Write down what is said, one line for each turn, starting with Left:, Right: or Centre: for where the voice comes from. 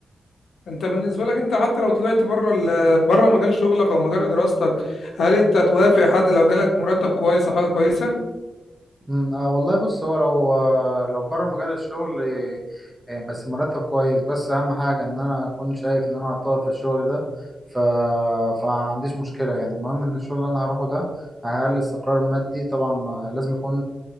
Left: انت بالنسبه لك انت حتى لو طلعت بره ال... بره مجال شغلك او مجال دراستك هل انت توافق حد لو جالك مرتب كويس او حاجه كويسه
Centre: مم، اه والله بص هو لو لو بره مجال الشغل آه، بس مرتب كويس بس اهم حاجه ان انا اكون شايف ان انا هتطور في الشغل ده ف فعنديش مشكله يعني المهم ان الشغل اللي انا هروحه ده هيعمل لي استقرار مادي طبعا آه، لازم يكون